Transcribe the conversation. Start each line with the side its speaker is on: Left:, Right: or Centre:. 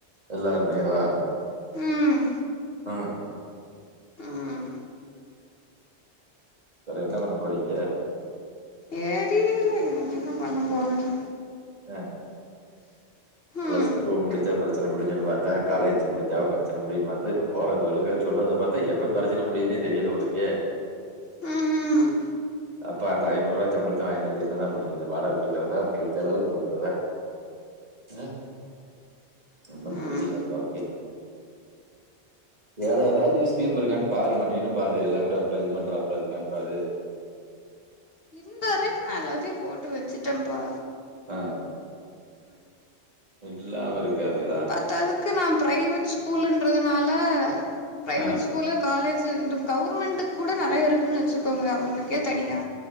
Right: எல்லாருமேவா
Left: ம்
Right: ஆ
Left: ம்
Right: வேற என்ன பண்ணப் போறீங்க
Left: தெரில நா என்ன பண்ணப் போறேன்னு
Right: ஆ ப்ளஸ்
Left: ம்
Right: டூ முடிச்சா பிரச்சன முடிஞ்சுரு பாத்தா காலேஜ் முடிஞ்சா பிரச்சன முடியும்னு பாத்து இப்ப போற <unintelligible> சொல்றத பாத்தா எப்பம் பிரச்சன முடியுனே தெரில போலருக்கே
Left: ம்
Right: அப்ப அந்த ஐநூறுவா சம்பளத்த வாய்ன்ட்டு வந்து என்னதா பண்றது வாடக குடுக்குறதா உங்களுக்கு செலவுக்கு குடுக்குறதா ச்ச ஒன்னு
Left: ம்
Right: புரியல அப்பாவுக்கே வேற ஏதாச்சு ஸ்கீம் இருக்கானு பாரும்மா நீனு பாரு லேப்டாப்ல இது பண்றாப்ல இருக்கானு பாரு
Left: இருந்த வரைக்கு நா எல்லாத்தையு போட்டு வச்சுட்டேப்பா
Right: ஆ இல்லாம இருக்காதே
Left: பத்தாததுக்கு நா ப்ரைவேட் ஸ்கூலுன்றதுனால ப்ரைவேட்ஸ்
Right: ஆ
Left: ஸ்கூலு காலேஜு இந்த கவுர்மெண்ட்டுக்கு கூட நெறைய இருக்குன்னு வச்சுக்கோங்க அவுங்களுக்கே தனியா